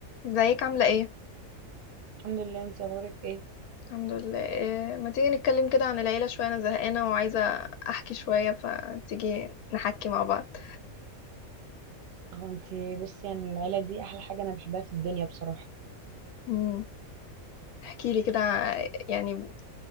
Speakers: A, on the left (about 85°); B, on the right (about 50°).
A: ازيك عاملة ايه؟
B: الحمد لله انتي اخبارك ايه
A: الحمد لله إيه ما تيجي نتكلم كده عن العيلة شوية انا زهقانة وعايزة احكي شوية فتيجي نحكي مع بعض
B: اهو انتي بصي يعني العيله دي احلى حاجه انا بحبها في الدنيا بصراحه
A: امم احكي لي كده ع- يعني